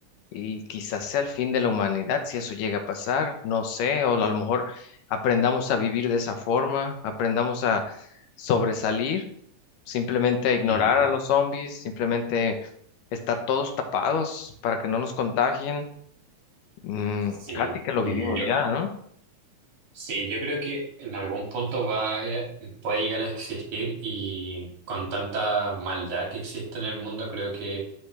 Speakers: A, on the left (about 80°); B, on the right (about 60°).
A: y quizás sea el fin de la humanidad si eso llega a pasar, no sé, o a lo mejor aprendamos a vivir de esa forma, aprendamos a sobresalir, simplemente a ignorar
B: Mm,
A: a los zombies, simplemente estar todos tapados para que no nos contagien. Mm,
B: Sí,
A: casi que lo
B: Mm,
A: vivimos
B: yo.
A: ya, ¿no?
B: Sí, yo creo que en algún punto va, a- puede llegar a existir y con tanta maldad que existe en el mundo, creo que